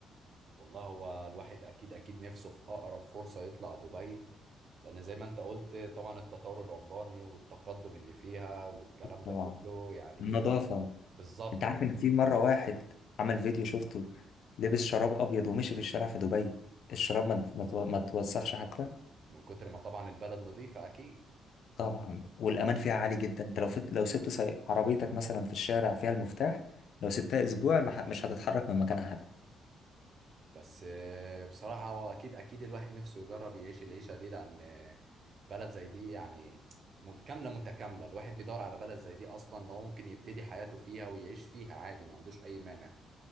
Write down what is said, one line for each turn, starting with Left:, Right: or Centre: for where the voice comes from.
Right: والله هو الواحد اكيد اكيد نفسه في اقرب فرصة يطلع دبي لان زي ما انت قلت طبعا التطور العمراني والتقدم اللي فيها والكلام ده
Left: طبعا
Right: كله يعني
Left: النظافة
Right: بالظبط
Left: انت عارف
Right: ال-
Left: ان في مرة واحد عمل فيديو شفته لبس شراب ابيض ومشي في الشارع في دبي الشراب ما ما تو- ما توسخش حتى
Right: من كتر ما طبعا البلد نظيفة اكيد
Left: طبعا والامان فيها عالي جدا انت لو فت... لو سبت سي... عربيتك مثلا في الشارع فيها المفتاح لو سبتها اسبوع المح... مش هتتحرك من مكانها
Right: بس آه، بصراحة هو اكيد اكيد الواحد نفسه يجرب يعيش العيشة دي لان آه، بلد زي دي يعني م- كاملة متكاملة الواحد بيدور على بلد زي دي اصلا لو ممكن يبتدي حياته فيها ويعيش فيها عادي ما عندوش اي مانع